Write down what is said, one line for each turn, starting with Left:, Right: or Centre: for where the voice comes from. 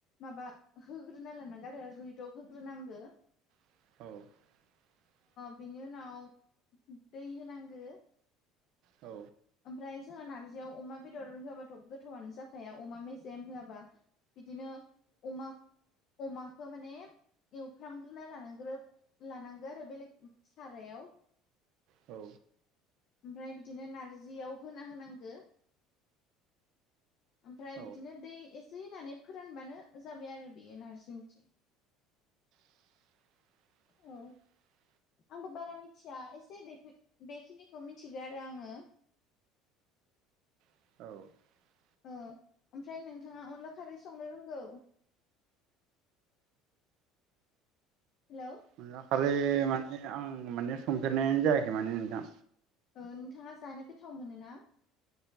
Left: माबा होग्रोना लानांगो आरो रुइदब होग्रोनांगो
Right: <unintelligible>
Left: बिनि उनाव दै होनांगौ
Right: औ
Left: ओमफ्राय जोङा नारजियाव अमा बेदर होआबाथ' गोथावनो जाखाया अमा मेजेम होआबा बिदिनो <unintelligible> अमाखो माने एवफ्रामग्रोना लानांग्रो लानांगौ आरो बेलेग सारायाव
Right: औ
Left: ओमफ्राय बिदिनो नारजियाव होना होनांगौ ओमफ्राय
Right: औ
Left: बिदिनो दै एसे होननानै फोरानबानो जाबाय आरो बेयो नारजि ओंख्रि
Right: <unintelligible>
Left: औ आंबो बारा मिथिया एसे बेखिनिखौ मिथिगोन राङो
Right: <unintelligible>
Left: औ ओमफ्राय नोंथाङा अनला खारै संनो रोंगौ <unintelligible>
Right: <unintelligible> माने आं माने संफेरनायानो जायाखै माने नोंथां
Left: ओ नोंथाङा जानो गोथाव मोनो ना